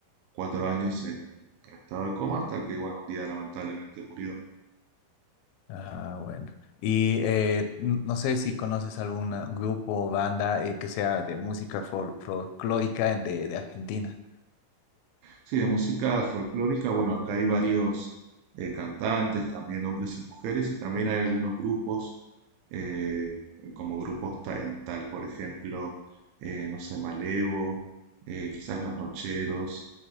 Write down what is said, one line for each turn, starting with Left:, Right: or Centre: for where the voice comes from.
Right: cuatro años en, en estado de coma hasta que, bueno, un día lamentablemente murió.
Left: Ah, bueno. Y eh, n- no sé si conoces algún grupo o banda eh, que sea de música fol- folclórica en- de, de Argentina.
Right: Sí, de música folclórica, bueno, acá hay varios eh, cantantes, también hombres y mujeres, y también hay algunos grupos, eh, como grupos ta- en tal, por ejemplo, eh, no sé, Malevo, eh, quizás Los Nocheros,